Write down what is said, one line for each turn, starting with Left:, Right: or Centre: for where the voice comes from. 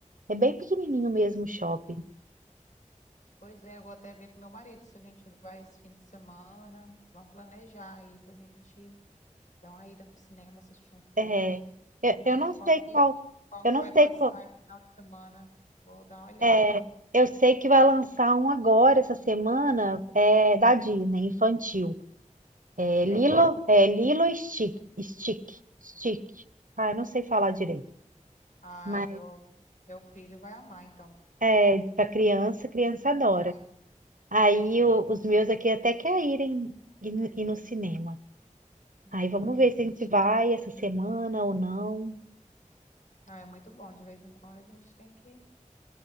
Right: É bem pequenininho mesmo o shopping.
Left: Pois é, eu vou até ver com meu marido se a gente vai esse fim de semana. Vamos planejar aí pra gente Dá uma ida no cinema, assistir um
Right: É,
Left: filme,
Right: eu,
Left: ver
Right: eu não sei
Left: qual que,
Right: qual,
Left: qual
Right: eu
Left: que
Right: não
Left: vai passar
Right: sei qual,
Left: esse final de semana. Vou dar uma olhada.
Right: é, eu sei que vai lançar um agora essa semana é, da Disney, infantil. É
Left: Da Disney?
Right: Lilo, é Lilo e Stick, Stick, Stick. Ah, eu não sei falar direito,
Left: Ai,
Right: mas
Left: meu, meu filho vai amar, então.
Right: é para criança, criança adora.
Left: Vai, vai.
Right: Aí
Left: Uhum,
Right: o- os meus aqui até querem ir, no- ir no cinema.
Left: uhum.
Right: Aí vamos ver se a gente vai essa semana ou não.
Left: Ah, é muito bom. De vez em quando a gente tem que,